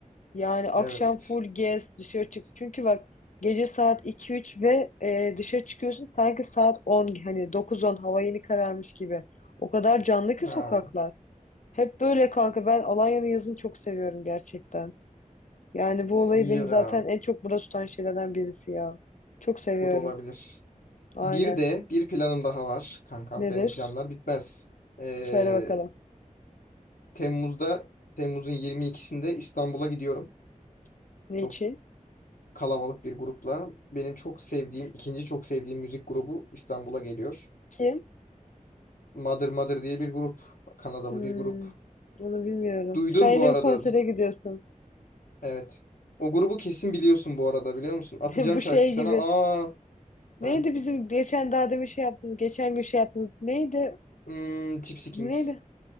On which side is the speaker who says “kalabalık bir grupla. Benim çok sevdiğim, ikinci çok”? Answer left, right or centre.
Left